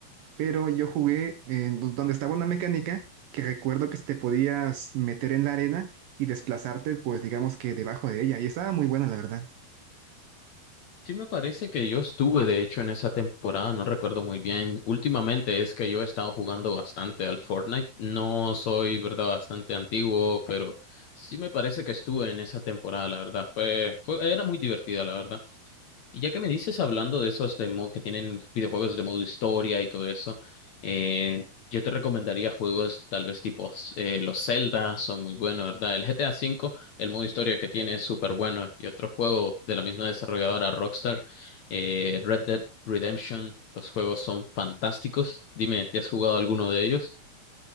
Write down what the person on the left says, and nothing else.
Sí, me parece que yo estuve, de hecho, en esa temporada, no recuerdo muy bien. Últimamente es que yo he estado jugando bastante al Fortnite. No soy, verdad, bastante antiguo, pero sí me parece que estuve en esa temporada, la verdad. Fue, fue, era muy divertida, la verdad. Y ya que me dices hablando de esos de mo- que tienen videojuegos de modo historia y todo eso, eh, yo te recomendaría juegos tal vez tipo eh, los Zelda, son muy buenos, ¿verdad? El GTA V, el modo historia que tiene es súper bueno. Y otro juego de la misma desarrolladora Rockstar, eh, Red Dead Redemption, los juegos son fantásticos. Dime, ¿te has jugado alguno de ellos?